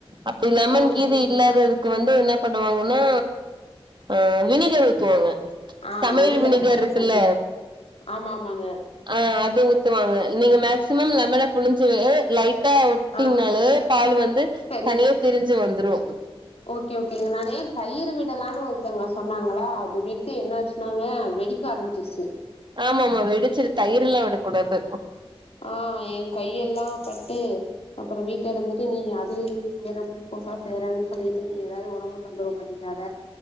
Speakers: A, on the right; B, on the left.
A: அப்டி லெமன்
B: ஓ
A: கீது
B: செரி செரி
A: இல்லாதது கு வந்து என்ன பண்ணுவாங்கனா ஆ வினிகர் ஊத்துவாங்க
B: ஆ
A: சமையல் வினிகர்
B: அதா நா
A: இருக்கு
B: சொன்னே
A: இல்ல
B: ஆமா ஆமாங்க
A: ஆ அத ஊத்துவாங்க நீங்க மேக்சிமம் லெமன புழுஞ்சு லைட் ட்டா உட்டிங்னாலே
B: ஆ
A: பாலு வந்து
B: சரி
A: தனியா திரிஞ்சு வந்துரு
B: ஓகே ஓகேங்க நானு தயிரு விடலான்னு ஒருத்தங்க சொன்னாங்களா அது விட் த்து என்னாச்சுனாங்க வெடிக்க ஆரம்பிச்சிருச்சு
A: ஆமா ஆமா வெடிச்சுரு தயிர் எல்லா விட கூடாது
B: ஆ ஏ கையெல்லா பட்டு அப்பறொ வீட்ல இருந்துட்டு நீ அத இத செய்யறப்போ புதுசா செய்றன்னு சொல்லிட்டு நீ எதாது ஒடம்ப தொந்தரவு பண்ணிக்காத